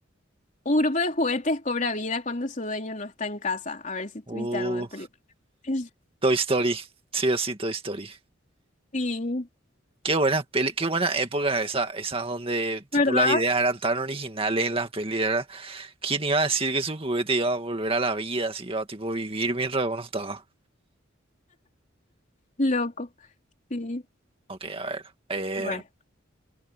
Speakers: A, on the left; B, on the right.
A: Un grupo de juguetes cobra vida cuando su dueño no está en casa. A ver si
B: Uh,
A: viste algo de película. <laughs>
B: Toy Story, sí o sí, Toy Story.
A: Sí,
B: Qué buena peli, qué buena época esa, esas donde tipo
A: ¿verdad?
B: las ideas eran tan originales en las pelis, ¿verdad? ¿Quién iba a decir que su juguete iba a volver a la vida, si iba a tipo vivir mientras uno estaba?
A: Loco. Sí.
B: Ok, a ver. eh,
A: Bueno.